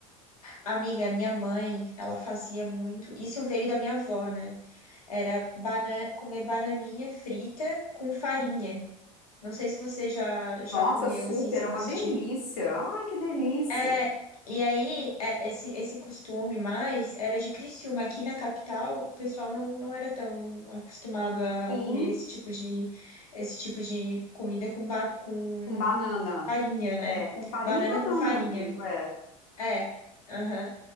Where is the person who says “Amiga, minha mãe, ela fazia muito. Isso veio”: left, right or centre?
Left